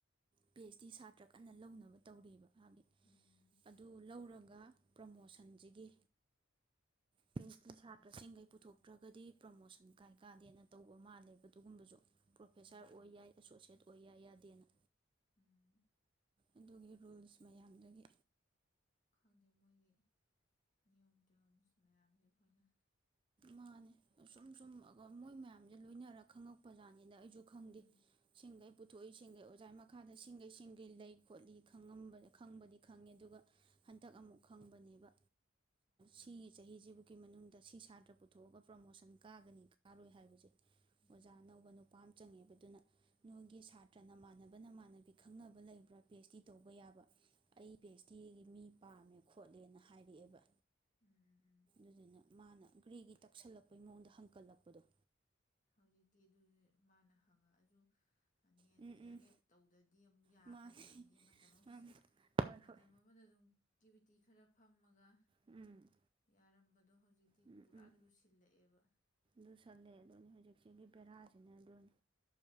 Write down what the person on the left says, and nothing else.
ꯎꯝ
ꯎꯝ
ꯎꯝ
ꯎꯝ
ꯈꯪꯗꯦ ꯃꯣꯏꯒꯤ ꯅꯤꯌꯣꯝ ꯇꯤꯌꯣꯝꯁ ꯃꯌꯥꯝꯁꯦ ꯑꯩꯈꯣꯏꯅ
ꯎꯝ
ꯎꯝ
ꯎꯝ
ꯎꯝ
ꯎꯝ ꯎꯝ um
ꯍꯧꯖꯤꯛꯇꯤ ꯑꯗꯨꯅꯤ ꯃꯥꯅ ꯍꯪꯉꯛꯑꯁꯨ NET
J
R F ꯇꯧꯗ꯭ꯔꯗꯤ ꯑꯃꯨꯛ ꯌꯥꯗꯕꯤꯅꯤꯅꯦ
ꯃꯇꯝ ꯑꯃꯗ
ꯃꯇꯝ ꯑꯃꯗ ꯑꯗꯨꯝ ꯑꯦꯛꯇꯤꯕꯤꯇꯤ ꯈꯔ ꯐꯝꯃꯒ
ꯌꯥꯔꯝꯕꯗꯣ ꯍꯧꯖꯤꯛꯇꯤ
ꯄꯨꯔꯥ
ꯂꯨꯁꯤꯜꯂꯛꯑꯦꯕ